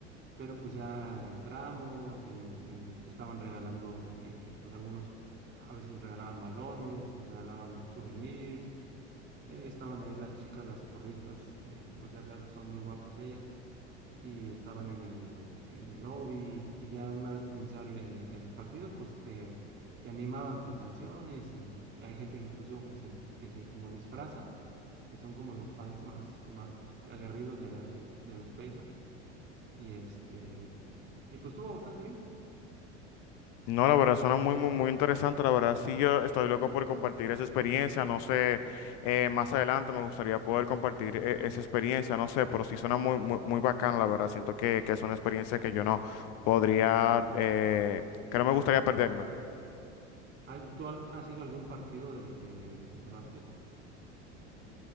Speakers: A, on the right (about 30°); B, on the left (about 55°).
A: pero pues ya entramos y, y te estaban regalando, eh, pues algunos a veces regalaban balones, regalaban souvenirs, eh, estaban ahí las chicas, las porristas, eh, pues ya sabes que son muy guapas ellas, y estaban en el, en el lobby y ya una vez que iniciaba el, el- el partido, pues te, te animaban con canciones y, y hay gente inclusive que se, que se como disfraza, que son como los fans más, más este, aguerridos de allá de, de los Pacers y este, y pues estuvo bastante bien.
B: No, la verdad suena muy, muy, muy interesante. La verdad, sí, yo estoy loco por compartir esa experiencia. No sé, eh, más adelante me gustaría poder compartir eh, esa experiencia. No sé, pero sí suena muy, muy, muy bacana, la verdad. Siento que, que es una experiencia que yo no podría, eh, que no me gustaría perderme.
A: ¿Has- ¿Tú al- has ido a algún partido de, de, de básquet